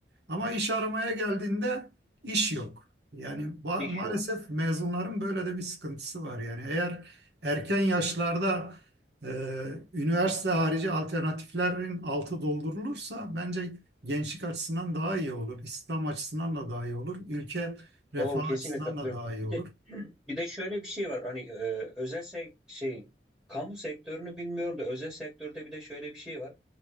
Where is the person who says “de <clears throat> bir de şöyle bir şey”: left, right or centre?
Centre